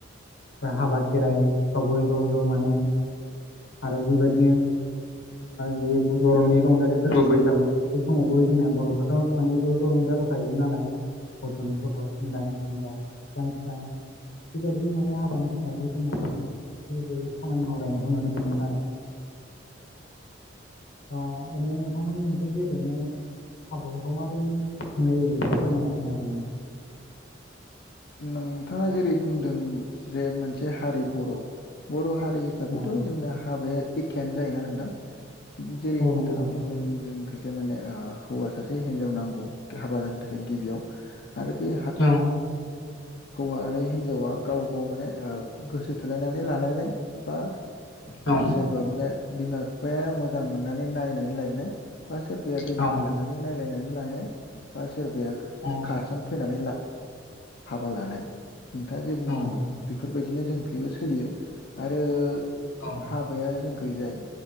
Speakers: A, on the left; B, on the left.
A: ज' हाबा खेराइफ्रावबो ज' ज' माने आरो बेबायदिनो
B: <inaudible>
A: बे बर'नि रंजाानाय फोरबो बैसागु बे समावबो जोंनाया बर'फ्राथ' माने ज' ज' रंजाबोखायोमोन नालाय गथ'नि गथ' सेंग्रानि सेंग्रा बिफा बिफा बेबायदिनो माने हाबानि समावबो जोंना माने ज जयै खामानि मावलायनायखौ नुनो मोनोमोन आरो
B: <inaudible>
A: ओरैनो नोंथांमोननि ओन्सोलथिं ओरैनो हाबाफोरखौ माबोरै होनाय जायो एसे फोरमायना होनो हागोन नामा?
B: नोंथाङा जेरै बुंदों जे मोनसे हारि बर' बर' हारि हिसाबैथ'
A: औ
B: जोंना हाबाया एखेआनो जायोना नोंथां जेरै
A: औ
B: नोंथाङा
A: नंगौ
B: बुंदों जों से माने हौवा सासे हिनजाव नांगौ हाबा जानो थाखाय गिबियाव आरो बे
A: औ
B: हौवा आरो हिन्जावा गाव गाव माने गोसो थोलायनानै लालायनाय बा
A: औ
B: सोरबा माने बिमा बिफाया मोजां मोननानै नायनानै लायनाय बा सोरबाया दोनखारलांनानै
A: औ
B: नायलायनानै सोरबाया
A: औ
B: खारसन फैनानै हाबा लानाय नोंथाङा जे बुंदोंमोन
A: औ
B: बेफोरबायदिनो जोंखबो सोलियो आरो
A: औ
B: हाबाया जोंखैजाय